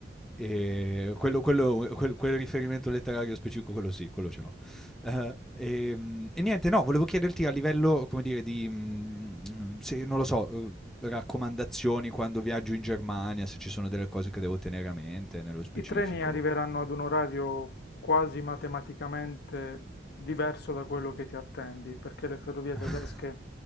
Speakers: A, in the centre; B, on the left.
A: E quello, quello- quel, quel riferimento letterario specifico, quello sì, quello ce l'ho. Eh, ehm, e, niente, no, volevo chiederti a livello, come dire, di, mm, se, non lo so, eh, raccomandazioni quando viaggio in Germania, se ci sono delle cose che devo tenere a mente nello specifico.
B: I treni arriveranno ad un orario quasi matematicamente diverso da quello che ti attendi, perché le ferrovie
A: <laughs>
B: tedesche